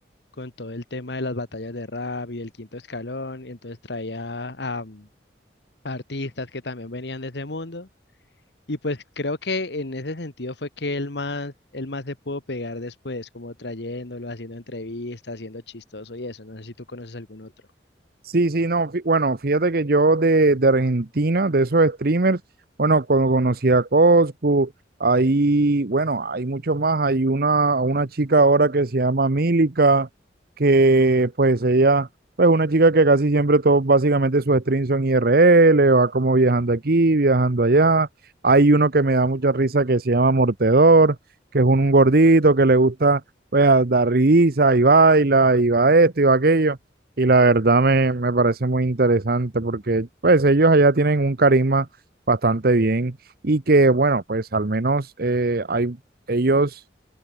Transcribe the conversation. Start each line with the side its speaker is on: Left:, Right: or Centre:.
Left: con todo el tema de las batallas de rap y el quinto escalón y entonces traía a, a artistas que también venían de ese mundo Y pues creo que en ese sentido fue que él más, él más se pudo pegar después, como trayéndolo, haciendo entrevistas, haciendo chistoso y eso. No sé si tú conoces algún otro.
Right: Sí, sí, no, fí- bueno, fíjate que yo de, de Argentina, de esos streamers, bueno, cuando conocí a Coscu, ahí, bueno, hay mucho más, hay una, una chica ahora que se llama Milica, que pues ella, pues una chica que casi siempre todos, básicamente sus streams son IRL, va como viajando aquí, viajando allá, hay uno que me da mucha risa que se llama Mortedor, que es un gordito que le gusta, pues, dar risa y baila, y va esto y va aquello. Y la verdad me, me parece muy interesante porque pues ellos allá tienen un carisma bastante bien y que bueno, pues al menos eh, hay, ellos